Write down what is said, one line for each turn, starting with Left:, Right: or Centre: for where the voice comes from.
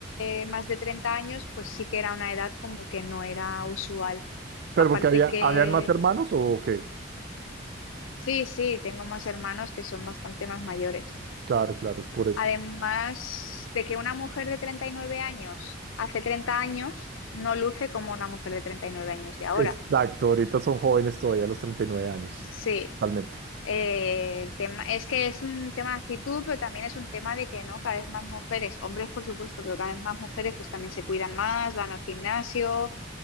Left: hace más de 30 años, pues sí que era una edad como que no era usual.
Right: ¿Pero
Left: Aparte
Right: porque había,
Left: que,
Right: habían más hermanos o qué?
Left: sí, sí, tengo más hermanos que son bastante más mayores.
Right: Claro, claro, es por eso.
Left: Además de que una mujer de 39 años hace 30 años no luce como una mujer de 39 años de ahora.
Right: Exacto, ahorita son jóvenes todavía a los treinta y nueve años,
Left: Sí,
Right: totalmente.
Left: Eh, el tema, es que es un tema de actitud, pero también es un tema de que no, cada vez más mujeres, hombres por supuesto, pero cada vez más mujeres pues también se cuidan más, van al gimnasio,